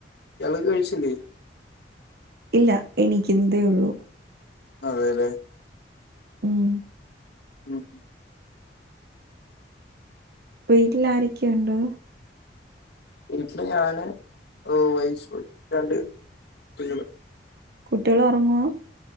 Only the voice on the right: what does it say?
ഇല്ലാ എണീക്കുന്നതേ ഉള്ളൂ
ഉം
വീട്ടിൽ ആരൊക്കെയുണ്ട്?
കുട്ടികള് ഒറങ്ങുവാ